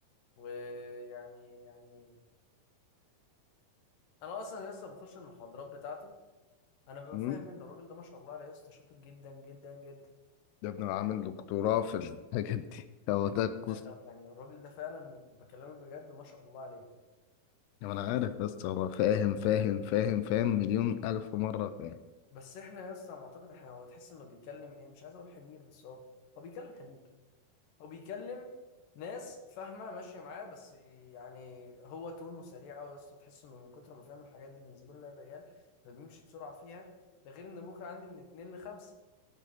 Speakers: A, on the left; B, on the left.
A: ويعني يعني انا اصلا لسه بخش المحاضرات بتاعته انا ببقى
B: مم.
A: فاهم منه الراجل ده ما شاء الله عليه يا اسطى شاطر جدا جدا جدا
B: ده ابن عامل دكتوراه في الحاجات دي هو ده القصه
A: ده- ده- يعني الراجل ده فعلا بكلمك بجد ما شاء الله عليه
B: انا عارف بس هو فاهم فاهم فاهم فاهم مليون الف مره فاهم
A: بس احنا يا اسطى على ما اعتقد احنا هو تحس انه بيكلم ايه مش عايز اقول حمير بس هو هو بيكلم حمير هو بيكلم ناس فاهمه ماشيه معاه بس يعني هو تونه سريع قوي يا اسطى تحس انه من كتر ما فاهم الحاجات دي بالنسبه له لعب عيال فبيمشي بسرعه فيها ده غير ان بكره عندي من اتنين لخمسة